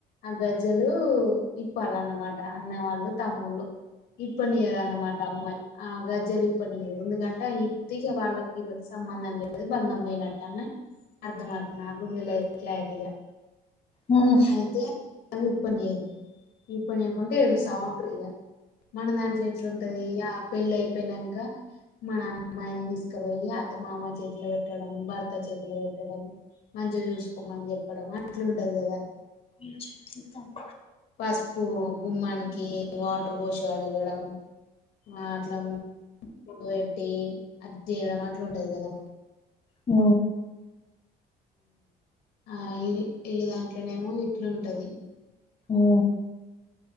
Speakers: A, on the left; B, on the left.
A: ఆ గజ్జలు ఇప్పాలన్నమాట అన్న వాళ్ళు, తమ్ముళ్ళు. ఇప్పనిద అన్నమాట అమ్మాయ్ ఆ గజ్జలిప్పనీదు ఎందుకంటే ఇ ప్పీకి వాళ్ళకి వీళ్ళకి సంబంధం లేదు బంధం పోయినట్టన్న అర్థమ నా కూడా తెల్వదు క్లారిటీగా,
B: ఉమ్
A: అయితే అ పన్నీరు ఈ పనియాకుంట ఏడుస్తా ఉంటారు ఇగ మన దాంట్లో ఎట్లుంటది ఆ పెళ్లి అయిపోయినాక మన అమ్మాయిని తీసుకబోయ్యి అత్త మామ చేతిలో పెట్టడం భర్త చేతిలో పెట్టడం మంచిగా చూసుగోమని చెప్పడం అట్లుంటది కదా
B: త
A: పసుపు గుమ్మానికి వాటర్ బోష అడగడం ఆ అట్లా పడు పెట్టి అది చేయడం అట్లా ఉంటది కదా
B: అ
A: ఆ వీల్లు దాంట్లోనేమో ఇట్లు ఉంటది
B: అవు